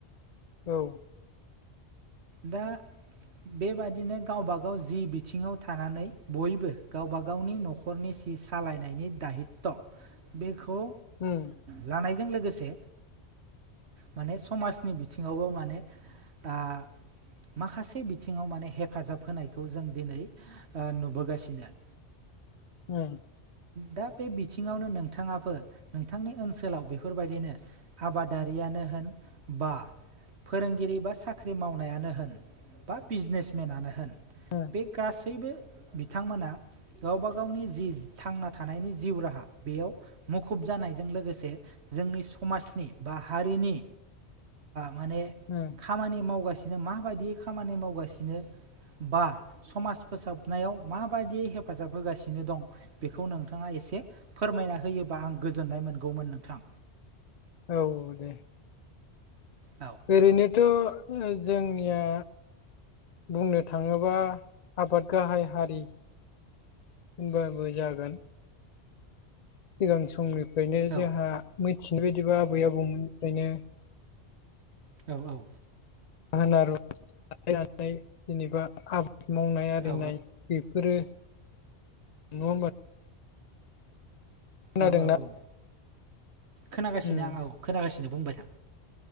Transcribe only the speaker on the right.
दा बेबादिनो गावबागाव जि बिथिङाव थानानै बयबो गावबा गावनि न'खर न'खरनि सि सालायनायनि दायित' बेखौ
लानायजों लोगोसे माने समाजनि बिथिङावबो माने दा माखासे बिथिङाव माने हेफाजाब होनायखौ जों दिनै नुबोगासिनो <inaudible>
दा बे बिथिङावनो नोंथाङाबो नोंथांनि ओनसोलाव बेफोरबायदिनो आबादारियानो होन बा फोरोंगिरि बा साख्रि माव नो होन बा बिजनेसमेननो होन
बे गासैबो बिथांमोना गावब गावनि जि थांना थानायनि जिउ राहा बेयाव मुखुब जानायजों लोगोसे जोंनि समाजनि बा हारिनि माने
खामानि मावगासिनो माबायदि खामानि मावगासिनो। बा समाज फोसाबनायाव माबायदिय हेफाजाब होगासिनो दं। बेखौ नोंथाङा एसे फोरमायना होयोबा आं गोजोननाय मोनगौमोन नोंथां।
औ।
औ
औ औ
औ
औ औ औ खोनागासिनो
आं औ खोनागासिनो बुंबाय था